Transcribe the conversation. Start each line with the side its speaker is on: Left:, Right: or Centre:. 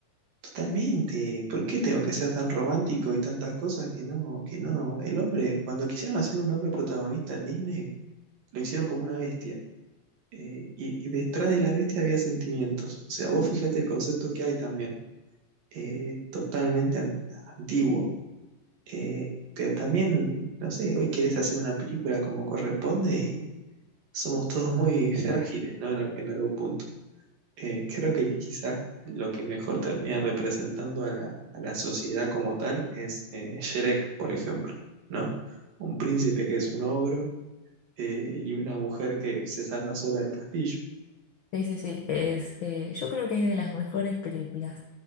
Right: Totalmente, ¿por qué tengo que ser tan romántico y tantas cosas que no, que no? El hombre, cuando quisieron hacer un hombre protagonista en Disney, lo hicieron como una bestia. Eh, y, y detrás de la bestia había sentimientos. O sea, vos fíjate el concepto que hay también. eh, totalmente an- antiguo. Eh, pero también, no sé, hoy querés hacer una película como corresponde y, somos todos muy frágiles, ¿no? En, al- en algún punto. Eh, creo que quizás lo que mejor termina representando a la, a la sociedad como tal es eh, Shrek, por ejemplo, ¿no? Un príncipe que es un ogro eh, y una mujer que se salva sola del castillo.
Left: Sí, sí, sí, es, eh, yo creo que es de las mejores películas.